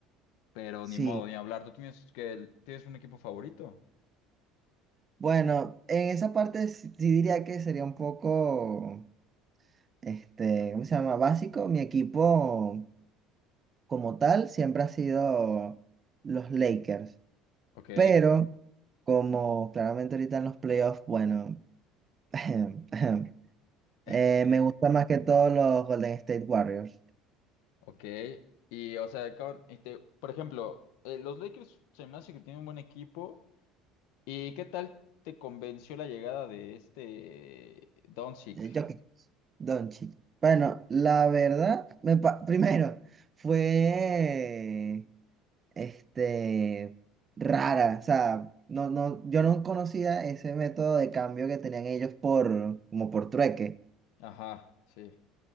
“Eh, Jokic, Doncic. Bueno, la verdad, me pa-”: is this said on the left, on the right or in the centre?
Right